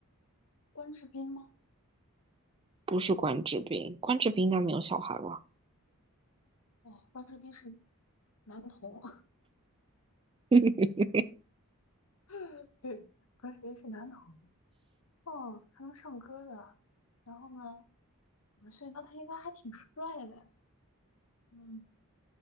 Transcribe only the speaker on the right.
不是关之斌，关之斌应该没有小孩吧？
<laughs>